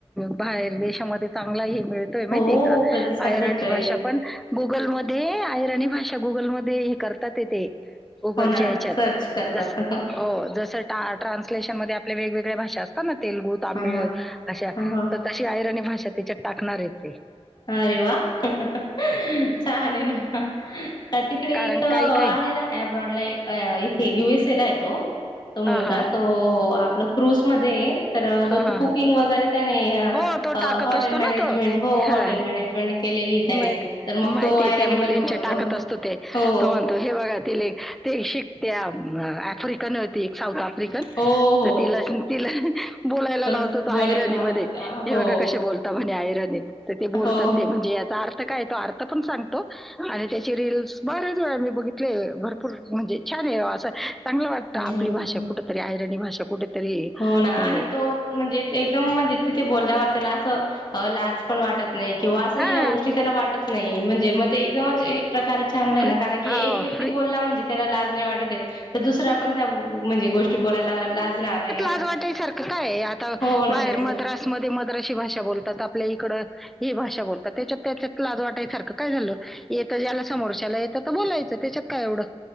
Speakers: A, in the centre; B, on the left (about 45°).
A: बाहेर देशामध्ये चांगला हे मिळतोय माहिती
B: हो
A: आहे का
B: प्रतिसाद
A: अहिराणी
B: भेटतोय
A: भाषा पण गुगलमध्ये त्यांनी भाषा गुगलमध्ये करता येते. गुगलच्या
B: हो ना
A: ह्याच्यात
B: सर्च करतात
A: जस,
B: ह
A: हो. जसं टा ट्रान्सलेशनमध्ये आपल्या वेगवेगळ्या भाषा असतात ना तेलगू, तामिळ,
B: हा हा.
A: अशा
B: हा.
A: तर तशी आयरणी भाषा त्याच्या टाकणार येथे
B: अरे वा, छान हे ना. तर तिकडे
A: कारण
B: एक आहे
A: काही काही
B: ना एब्रॉड ला एक इथे यु एस ए ला आहे तो. तो मुलगा
A: हां, हां.
B: तो आपला क्रुस मध्ये हे. तर
A: हां, हां,
B: कुकिंग
A: हां.
B: वगैरे त्याने
A: हो, तो
B: अ
A: टाकत
B: हॉटेल
A: असतो
B: मॅनेजमेंट
A: ना तो.
B: हो
A: हां.
B: हॉटेल मॅनेजमेंट केलेलीये त्याने
A: माहिती
B: तर मग
A: माहिती
B: तो ऐरणी
A: आहे, त्या मुलींचे
B: मध्ये बोलतो,
A: टाकत असतो ते
B: हो.
A: तो <unintelligible> ते शिक त्या आफ्रिकन होती एक साऊथ आफ्रिकन,
B: हो हो
A: तर तिला तिला बोलायला
B: तर
A: लावतो तो
B: बोलायला
A: आयरनीमध्ये
B: लावत होता
A: हे
B: हो.
A: बघा कसे बोलता म्हणे आयरनीत. तर ते बोलतात
B: हो
A: ते म्हणजे याचा अर्थ काय तो अर्थ पण सांगतो आणि त्याची रिल्स बर वेळा मी बघितले भरपूर म्हणजे छान आहे असं चांगलं वाटतं
B: हम्म.
A: आपली भाषा कुठेतरी आयरणी भाषा कुठेतरी
B: हो ना आणि
A: अ
B: तो म्हणजे एकदम म्हणजे तिथे बोलल्यावर त्याला असं अ लाज पण वाटत नाही. किंवा असं
A: हा
B: या गोष्टी त्याना वाटत नाही म्हणजे मग ते एकदमच प्रकारे चांगलं आहे
A: फ्री
B: ना कारण की
A: हा
B: एक व्यक्ती
A: फ्री
B: बोलला म्हणजे त्याला लाज नाही वाटतहे. दुसरं आपण त्या म्हणजे गोष्टी बोलायला लाजणार नाही. असं
A: <unintelligible> सारखं काय आहे आता
B: हो ना
A: बाहेर
B: त्याच
A: मद्रास मधे मद्रासी भाषा बोलतात. आपल्या इकडं ही भाषा बोलतात त्याच्यात त्याच्यात लाज वाटायसारखं काय झालं येतं ज्याला समोरच्याला येतं तर बोलायचं त्याच्यात काय एवढं.